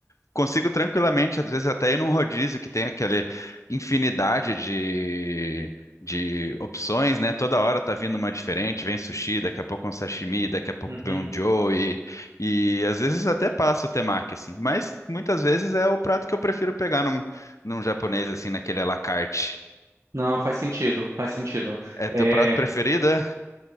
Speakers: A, on the left; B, on the right.
A: Consigo tranquilamente, às vezes até ir num rodízio que tem aquela infinidade de, de opções, né? Toda hora tá vindo uma diferente, vem sushi, daqui a pouco um sashimi, daqui a pouco
B: uhum.
A: vem um joey, e às vezes até passa o temaki, assim. Mas muitas vezes é o prato que eu prefiro pegar num, num japonês, assim, naquele à la carte.
B: Não, faz sentido, faz sentido.
A: É
B: É,
A: teu prato preferido, é?